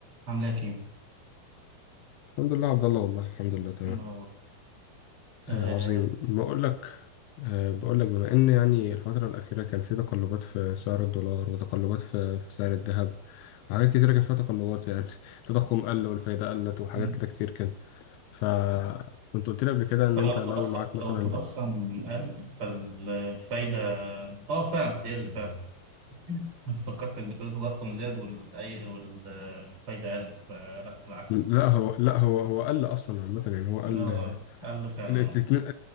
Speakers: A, on the right (about 25°); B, on the left (about 85°).
A: عاملة كيمو
B: الحمد لله عبد الله والله الحمد لله تمام
A: منور آه،
B: آه عظيم بقول لك آه بقول لك بما ان يعني الفترة الأخيرة كان في تقلبات في سعر الدولار وتقلبات في في سعر الذهب وحاجات كتيرة كان فيها تقلبات يعني <laughs> التضخم قل والفايدة قلت وحاجات
A: م-
B: كده كتير كده فكنت قلت لي قبل كده ان
A: هو
B: انت
A: لو تضخم
B: لو معاك
A: لو
B: مثلا
A: تضخم قل فالفايدة اه فعلا بتقل فعلا <laughs> فكرتك بتقول التضخم زاد والأي والفايدة قلت فلا بالعكس
B: لا هو لا هو هو قل اصلا عامة يعني هو قل
A: هو قل قل فعلا
B: الاثنين
A: اه